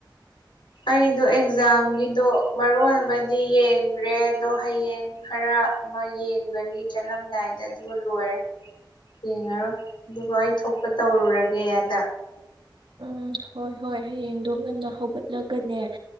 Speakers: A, on the left; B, on the right.
A: ꯑꯩꯗꯣ ꯑꯦꯛꯖꯥꯝꯒꯤꯗꯣ ꯃꯔꯣꯟ ꯑꯃꯗꯤ ꯌꯦꯡꯒ꯭ꯔꯦ ꯑꯗꯣ ꯍꯌꯦꯡ ꯈꯔ ꯑꯃ ꯌꯦꯡꯒꯅꯤ ꯆꯠꯂꯝꯗꯥꯏꯗ ꯑꯗꯨꯒ ꯂꯣꯏꯔꯦ ꯌꯦꯡꯉꯔꯣꯏ ꯑꯗꯨꯒ ꯑꯩ ꯊꯣꯛꯄ ꯇꯧꯔꯨꯔꯒꯦ ꯑꯗ
B: ꯎꯝ ꯍꯣꯏ ꯍꯣꯏ ꯍꯌꯦꯡꯗꯣ ꯉꯟꯅ ꯍꯧꯒꯠꯂꯒꯅꯦ